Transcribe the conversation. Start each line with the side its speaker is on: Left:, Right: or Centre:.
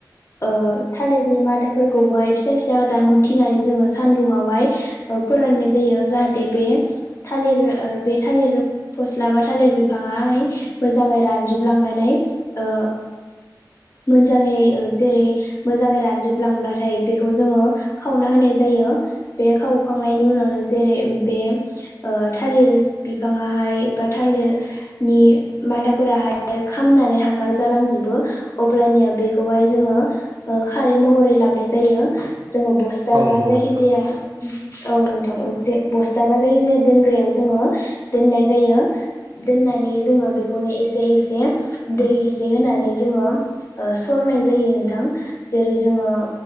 Left: ओ थालिरनि मादाफोरखौबोहाय फिसा फिसा दान खुन्थिनानै जोङो सानदुङावहाय ओ फोराननाय जायो जाहाथे बे थालिर ओ बे थालिर फस्लाबा थालिर बिफाङाहाय मोजाङै रानजुबलांनानै ओ मोजाङै ओ जेरै मोजाङै रानजुबलांब्लाथाय बेखौ जोङो खावना होनाय जायो बे खावखांनायनि उनावनो जेरै बे ओ थालिर बिफाङाहाय बा थालिर नि मादाफोराहाय खामनानै हांगार जालांजुबो। अब्लानिया बेखौहाय जोङो ओ खारै महरै लाबाय जायो जोङो बस स्थाबा
Right: औ नंगौ
Left: जायखिजाया
Right: नोंथां
Left: औ नोंथां बस्थाबा जायखिजाया दोनग्रायाव जोङो दोननाय जायो। दोननानै जोङो बेखौनो एसे एसे दै एसे होनानै जोङो ओ सरनाय जायो नोंथां जेरै जोङो